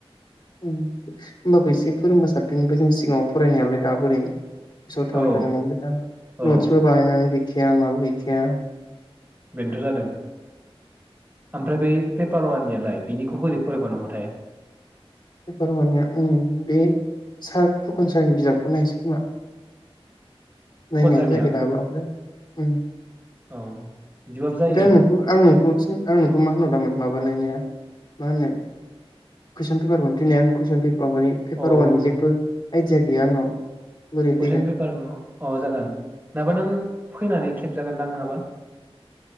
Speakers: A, on the left; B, on the right.
A: उम होनोमबाबो एसे फोरोंबा साब्सिननिफ्राय जों सिगाङाव फरायनायालाय दा बोरै गोसोआव
B: औ
A: थाबाय थानांगौ ओमफाय दा
B: औ
A: नटसबो बानायनानै <unintelligible> <unintelligible>
B: बेनोथ जादों ओमफ्राय बै पेपार वाननियालाय बेनिखौ बोरै फरायबानांगौथाय
A: पेपारा वाननिया उम बे सार फुकन सारनि बिजाबखौ नायसै खोमा नायनायानो
B: खनसालिया
A: जायाखै दाबो ओमफ्राय ओमफ्राय
B: औ बिदिबाबो जायो
A: आं नोंखौ आं नोंखौ आं नोंखौ मा होनहरदोमोन माबानायनिया मा होनो? कुइसन पेफार हरनो थिननाया आं कुइसन माबानि पेपार
B: अ
A: वानि जेबो आयदीया गैया आंनाव बोरै
B: कुइसन
A: फैगोन
B: पेपार खौ अ जागोन नाबा नों फैनानै खेबजागोनदां नङाबा?